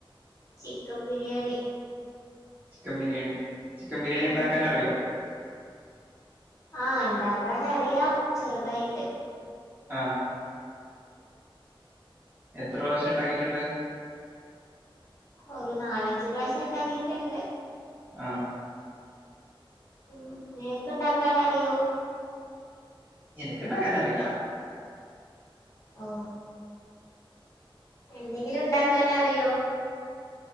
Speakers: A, on the left; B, on the right.
A: chicken biryani
B: chicken biryani chicken biryani
A: ഉം
B: ഉണ്ടാക്കാന റിയോ
A: ആ ഉണ്ടാക്കാനറിയാം ചെറുതായിട്ട്
B: ആ എത്ര പ്രാവശ്യം ഇണ്ടാക്കീട്ടുണ്ട്
A: ഒരു നാലഞ്ച് പ്രാവശ്യം ഉണ്ടാക്കിട്ടുണ്ട്
B: ആ
A: ഉ നിനക്കുണ്ടാക്കാൻ അറിയോ
B: എനക്കുണ്ടാക്കാൻ അറിയില്ല
A: ഓ എന്തെങ്കിലും ഉണ്ടാക്കാൻ അറിയോ